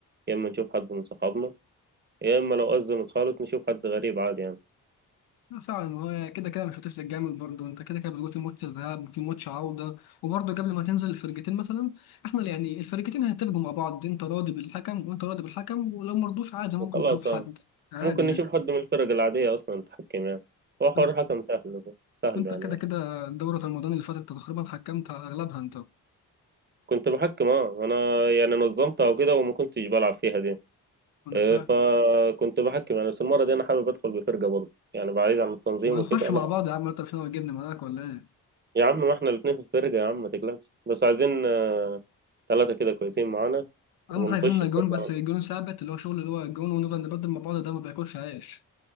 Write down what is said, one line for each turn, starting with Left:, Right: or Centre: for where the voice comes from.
Right: يا اما نشوف حد من صحابنا يا اما لو أزمت خالص نشوف حد غريب عادي يعني
Left: لا فعلا هو كده كده مش هتفلت جامد برضه انت كده كده بتقول في ماتش ذهاب وفي ماتش عوده وبرضه قبل ما تنزل الفرقتين مثلا احنا يعني الفرقتين هيتفقوا مع بعض انت راضي بالحكم وانت راضي بالحكم ولو مرضوش عادي ممكن
Right: وخلاص
Left: نشوف
Right: اه
Left: حد عادي
Right: ممكن
Left: يعني
Right: نشوف حد من الفرق العادية اصلا تحكم يعني هو حوار
Left: بس
Right: حكم سهل سهل
Left: انت
Right: يعني
Left: كده كده دورة رمضان اللي فاتت انت تقريبا حكمت على اغلبها انت
Right: كنت بحكم اه انا يعني نظمتها وكده وما كنتش بلعب فيها دي
Left: انا
Right: آه،
Left: فاهم
Right: فكنت بحكم يعني بس المرة دي انا حابب ادخل بفرقة برضه يعني بعيد عن التنظيم
Left: ما
Right: وكده
Left: نخش
Right: لا
Left: مع بعض يا عم انت مش ناوي تجيبني معاك ولا ايه
Right: يا عم ما احنا الاتنين في الفرقة يا عم ما تقلقش بس عايزين آه، ثلاثة كده كويسين معانا
Left: اهم
Right: ونخش
Left: حاجه عايزين لنا
Right: الفرقة
Left: جون بس
Right: على
Left: جون
Right: طول.
Left: ثابت اللي هو شغل اللي هو جون ونفضل نبدل مع بعض ده ما بياكلش عيش